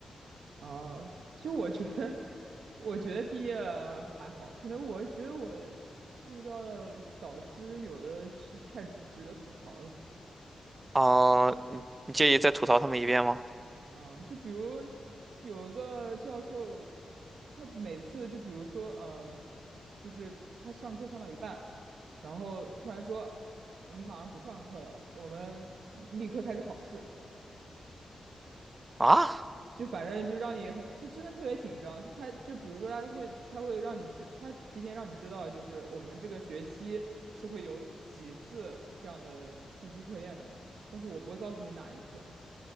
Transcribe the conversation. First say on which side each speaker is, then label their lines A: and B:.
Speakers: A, on the right; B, on the right.
A: 啊、就我觉得，我觉得毕业了还好，可能我觉得我遇到的导师有的是太值值得吐槽了，
B: 啊，你你介意再吐槽他们一遍吗？
A: 啊、就比如有一个教授，他每次就比如说，嗯、就是他上课上到一半，然后突然说。我们马上不上课了，我们立刻开始考试。
B: 啊？
A: 就反正就让你很，就真的特别紧张。就他，就比如说他会，他会让你知，他提前让你知道，就是我们这个学期是会有几次这样的突击测验的，但是我不会告诉你哪一次。